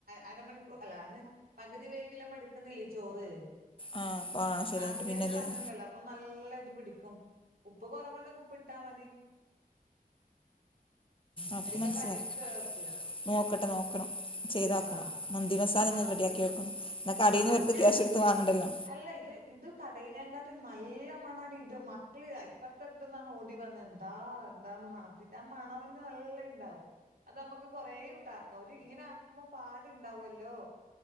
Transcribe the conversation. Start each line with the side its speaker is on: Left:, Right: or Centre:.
Right: അരമണിക്കൂർ അല്ല അന്ന് പകുതി വേവിലമ്മ എടുക്കുന്നില്ല ചോറ്
Left: ആ ആ അപ്പോൾ ശരി
Right: ആ
Left: എന്നിട്ട്
Right: അത് വരെ
Left: പിന്നെയത്
Right: സമയംണ്ടല്ലോ അപ്പൊ നല്ല ഇത് പിടിക്കും ഉപ്പ് കൊറവുണ്ടെങ്കിൽ ഉപ്പ് ഇട്ടാ മതി
Left: അപ്പ
Right: ഒരിക്ക
Left: മനസ്സിലായി
Right: പരീക്ഷിച്ച് നോക്ക്
Left: നോക്കട്ടെ നോക്കണം ചെയ്തോക്കണം
Right: ആഹ്
Left: മന്തിമസലൊന്ന്
Right: അന്നാ
Left: റെഡിയാക്കി വെക്കണം ന്നൊക്കെ കടീന്ടുത്ത്
Right: ആഹ് മതി ഞാൻ
Left: ക്യാഷ്ടുത്ത് വാങ്ങണ്ടല്ലോ
Right: അല്ല ഇത് ഇത് കടയിലേങ്ങാട്ടി നല്ല മണാടി ഇത് മക്കള് ഇപ്പറത്തെ ഇന്നാ ഓടി വന്ന എന്താ എന്താന്ന് മണത്തിററ്റ് ആ മണന്നും എല്ലാം ഉണ്ടാവും.. അത് നമ്മുക്ക് കൊറേട്ട് ആക്കാം ഒരു ഇങ്ങനെ ആക്കുമ്പോ പാടുണ്ടാവല്ലോ